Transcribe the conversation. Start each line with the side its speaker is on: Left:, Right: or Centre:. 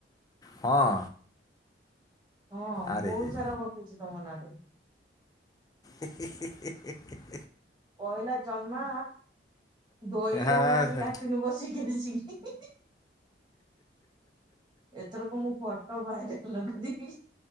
Left: ହଁ?
Right: ହଁ,
Left: ଆରେ
Right: ବହୁତ
Left: ହେଇ
Right: ସାରା ଗପିଚି ତମ ନାଁ ରେ।
Left: ହି-ହି-ହି-ହି-ହି-ହି।
Right: ପହିଲା ଜମା ଧୋଇ
Left: ହଁ
Right: ହଉନାହାନ୍ତି ଲାଟିନ୍ ବସିକି ଆସିକି ହିଁ-ହିଁ-ହିଁ ଏଥରକ ମୁଁ ଫଟୋ ଭାଇରାଲ କରିବି।